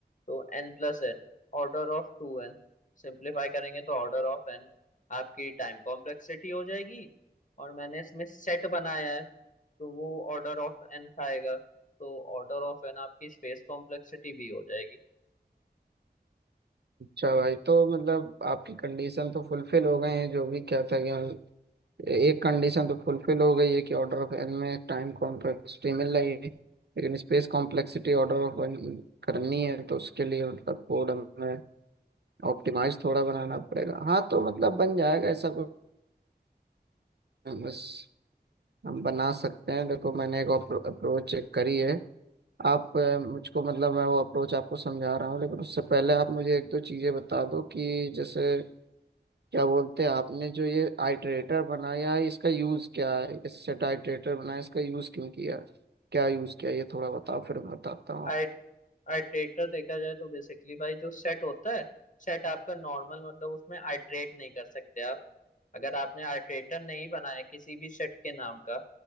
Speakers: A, on the left (about 45°); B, on the right (about 70°).
A: तो N plus N order of two N simplify करेंगे तो ऑर्डर ऑफ एन आपकी टाइम कॉम्प्लेक्सिटी हो जाएगी और मैंने इसमें सेट बनाया है तो वो ऑर्डर ऑफ एन खाएगा तो ऑर्डर ऑफ एन आपकी स्पेस कॉम्प्लेक्सिटी भी हो जाएगी
B: अच्छा भाई तो मतलब आपकी कंडीशन तो फुलफिल हो गई है जो भी क्या था कि एक कंडीशन तो फुलफिल हो गई है कि ऑर्डर ऑफ एन में टाइम कॉम्प्लेक्सिटी मिल रही है लेकिन space complexity order of N करनी है तो उसके लिए मतलब कोड हमें ऑप्टिमाइज थोड़ा बनाना पड़ेगा हाँ तो मतलब बन जाएगा ऐसा कुछ बस हम बना सकते हैं देखो मैंने एक अप्रोच चेक करी है आप अ, मुझको मतलब मैं वो अप्रोच आपको समझा रहा हूँ लेकिन उससे पहले आप मुझे एक दो चीजें बता दो कि जैसे क्या बोलते हैं आपने जो ये आइटरेटर बनाया है, इसका यूज क्या है इस सेट आइटरेटर बनाया इसका यूज क्यों किया क्या यूज किया ये थोड़ा बताओ फिर मैं बताता हूँ
A: आइट्रेटर देखा जाए तो बेसिकली भाई जो सेट होता है सेट आपका नॉर्मल मतलब उसमें आइट्रेट नहीं कर सकते आप अगर आपने आइट्रेटर नहीं बनाया किसी भी सेट के नाम का